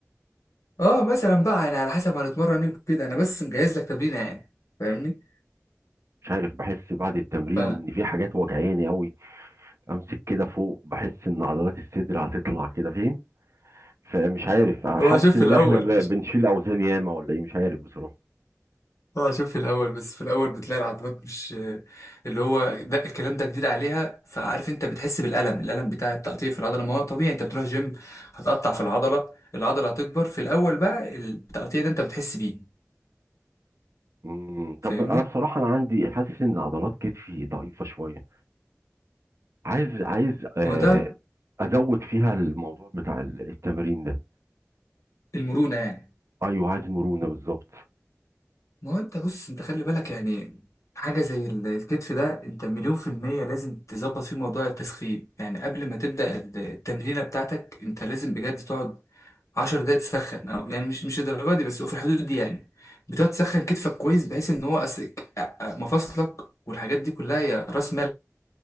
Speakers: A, on the left; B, on the right.
A: اه مثلا بقى يعني على حسب هنتمرن ايه كده انا بس مجهز لك تمرينه يعني فاهمني
B: مش عارف بحس بعد التمرين
A: ف
B: ان في حاجات وجعاني قوي امسك كده فوق بحس ان عضلات الصدر هتطلع كده فاهم فمش عارف حاسس
A: هو شوف
B: ان
A: في الاول
B: احنا ب- بنشيل اوزان ياما ولا ايه مش عارف بصراحه
A: اه عشان في الاول بس في الاول بتلاقي العضلات مش اللي هو ده الكلام ده جديد عليها فعارف انت بتحس بالالم الالم بتاع التقطيع في العضله ما هو طبيعي انت بتروح جيم هتقطع في العضله العضله هتكبر في الاول بقى التقطيع ده انت بتحس بيه
B: مم.
A: فاهمني
B: طب انا بصراحه انا عندي حاسس ان عضلات كتفي ضعيفه شويه عايز عايز آه
A: ما هو ده
B: ازود فيها الموضوع بتاع ال- التمرين ده
A: المرونه يعني
B: ايوه عايز مرونه بالظبط
A: ما هو انت بص انت خلي بالك يعني حاجه زي ال- الكتف ده انت مليون في الميه لازم تظبط فيه موضوع التسخين يعني قبل ما تبدا التمرينه بتاعتك انت لازم بجد تقعد 10 دقايق تسخن أو يعني مش مش الدرجه دي بس هو في الحدود دي يعني بتقعد تسخن كتفك كويس بحيث ان هو أس- مفاصلك والحاجات دي كلها هي راس مالك